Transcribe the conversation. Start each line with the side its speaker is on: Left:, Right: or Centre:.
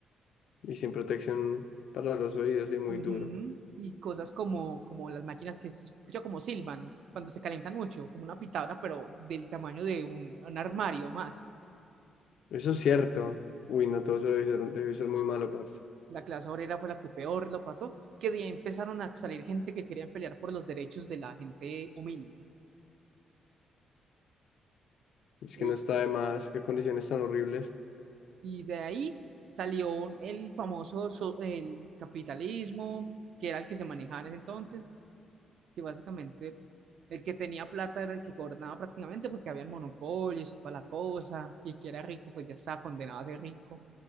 Left: Y sin protección para los oídos, es muy
Right: Ujú,
Left: duro.
Right: Y cosas como, como las máquinas que se escucha como silban cuando se calientan mucho, como una pitadora, pero del tamaño de un, un armario más.
Left: Eso es cierto. Uy, no, todo eso debe ser, debe ser muy malo, parce.
Right: La clase obrera fue la que peor lo pasó, que de ahí empezaron a salir gente que querían pelear por los derechos de la gente humilde.
Left: Es
Right: Y,
Left: que no está de más, qué condiciones tan horribles.
Right: y de ahí salió el famoso so- el capitalismo, que era el que se manejaba en ese entonces que básicamente el que tenía plata era el que gobernaba prácticamente porque había monopolios y toda la cosa, y el que era rico pues ya estaba condenado a ser rico,